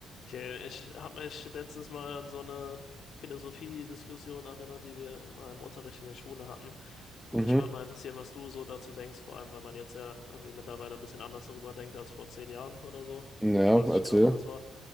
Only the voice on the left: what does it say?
Okay, ich habe mich letztens mal an so eine Philosophiediskussion erinnert, die wir mal im Unterricht in der Schule hatten. Und
mich würde mal interessieren, was du so dazu denkst, vor allem, weil man jetzt ja irgendwie mittlerweile ein bisschen anders darüber denkt als vor zehn Jahren oder so.
Ich weiß nicht
genau, wann das war.